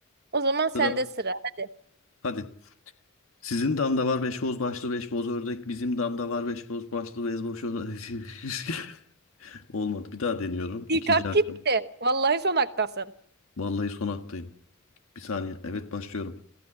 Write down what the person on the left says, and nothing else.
Sıra
hadi. Sizin damda var beş boz başlı beş boz ördek. Bizim damda var beş boz başlı beş boz ördek. <laughs> Olmadı. Bir daha deniyorum.
İkinci
hakkım.
Vallahi son hakkıyım. Bir saniye. Evet başlıyorum.